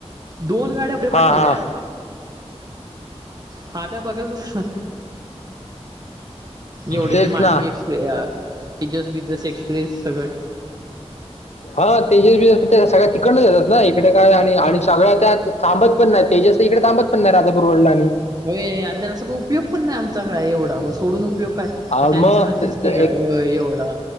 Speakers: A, on the right; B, on the left.
A: दोन गाड्या पाठवल्या.
B: हां हां
A: हा का बघाच होतो. एवढे
B: तेच
A: ते मांडवी
B: ना
A: एक्सप्रेस तेजस बिजस एक्सप्रेस सगळे.
B: हा तेजस बिजस सगळ्या तिकडच येतात ना. इकड काय आणि सगळ्या त्या थांबत पण नाही. तेजस इकडे थांबत पण नाही राधा बुरवडला आणि
A: होय आता जसं उपयोग पण नाही आमचा काय एवढा सोडून उपयोग काय
B: हा,
A: त्यांच्यासाठीच
B: मग त-
A: की
B: त- एक
A: काय एवढा.